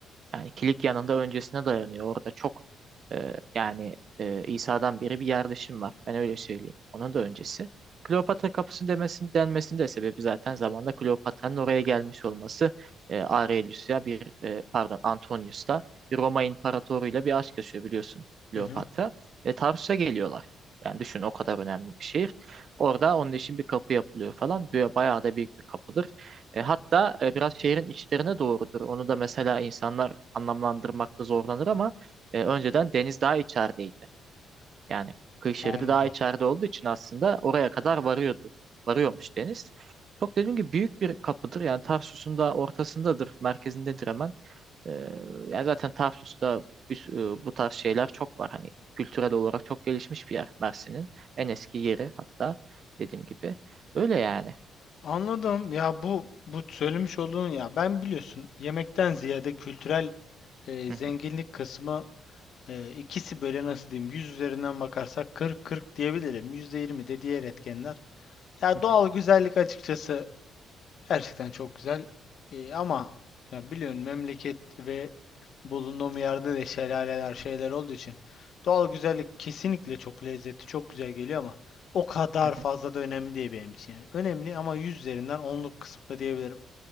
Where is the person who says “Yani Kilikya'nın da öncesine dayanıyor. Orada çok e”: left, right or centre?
Right